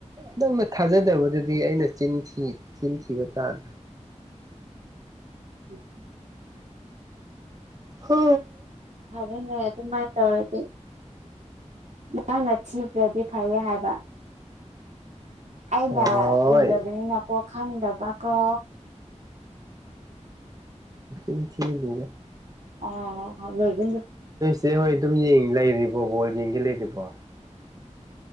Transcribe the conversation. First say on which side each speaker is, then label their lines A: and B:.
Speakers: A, on the right; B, on the right.
A: ꯅꯪꯅ ꯊꯥꯖꯗꯕꯗꯨꯗꯤ ꯑꯩꯅ ꯆꯤꯟꯈꯤꯕ ꯇꯥꯗ꯭ꯔꯥ
B: ꯎꯝ
A: ꯍ
B: ꯑꯗꯨꯅꯦ ꯑꯗꯨꯃꯥꯏꯅ ꯇꯧꯔꯗꯤ ꯅꯪꯅ ꯊꯤꯗ꯭ꯔꯗꯤ ꯐꯩꯌꯦ ꯍꯥꯏꯕ ꯑꯅ
A: ꯍꯣꯏ
B: ꯎꯗꯕꯤꯅꯤ ꯅ ꯀꯣ ꯈꯪꯗꯕꯀꯣ
A: ꯎ ꯊꯔꯦ
B: ꯑ ꯂꯩꯒꯗ
A: ꯁꯤꯦ ꯍꯣꯏ ꯑꯗꯨꯝ ꯌꯦꯡ ꯂꯩꯔꯤꯕꯣ ꯕꯣꯜ ꯌꯦꯡꯒꯦ ꯂꯩꯔꯤꯕꯣ